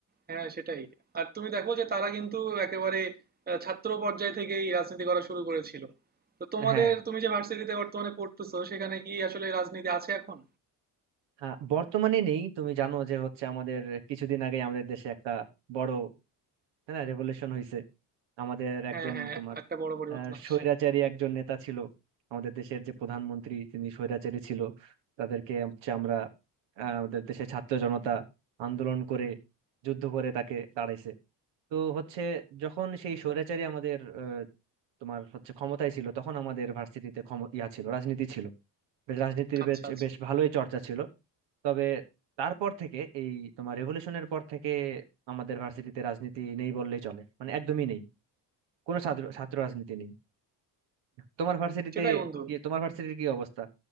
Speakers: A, on the right; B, on the right.
A: হ্যাঁ সেটাই আর তুমি দেখো যে তারা কিন্তু একেবারে আহ, ছাত্র পর্যায় থেকেই রাজনীতি করা শুরু করেছিল তো তোমাদের
B: হ্যাঁ
A: তুমি যে ভার্সিটিতে বর্তমানে পড়তেছো সেখানে কি আসলে রাজনীতি আছে এখন
B: হ্যাঁ, বর্তমানে নেই তুমি জানো যে হচ্ছে আমাদের কিছুদিন আগে আমাদের দেশে একটা বড় তাই না রেভলিউশন হয়েছে আমাদের একজন
A: হ্যাঁ হ্যাঁ
B: তোমার
A: একটা বড় পরিবর্তন
B: আহ
A: আসছে
B: স্বৈরাচারী একজন নেতা ছিল আমাদের দেশের যে প্রধানমন্ত্রী তিনি স্বৈরাচারী ছিল তাদেরকে হচ্ছে আমরা আহ, আমাদের দেশের ছাত্র জনতা আন্দোলন করে যুদ্ধ করে তাকে তাড়াইছে তো হচ্ছে যখন সেই স্বৈরাচারী আমাদের আহ, তোমার হচ্ছে ক্ষমতায় ছিল তখন আমাদের ভার্সিটিতে ক্ষম- ইয়া ছিল রাজনীতি ছিল বেশ রাজনীতির
A: আচ্ছা
B: বেশ
A: আচ্ছা
B: বেশ ভালোই চর্চা ছিল তবে তারপর থেকে এই তোমার রেভলিউশনের পর থেকে আমাদের ভার্সিটিতে রাজনীতি নেই বললেই চলে মানে একদমই নেই কোনো ছাত্র ছাত্র রাজনীতি নেই তোমার ভার্সিটিতে
A: সেটাই বন্ধু
B: কি তোমার ভার্সিটির কি অবস্থা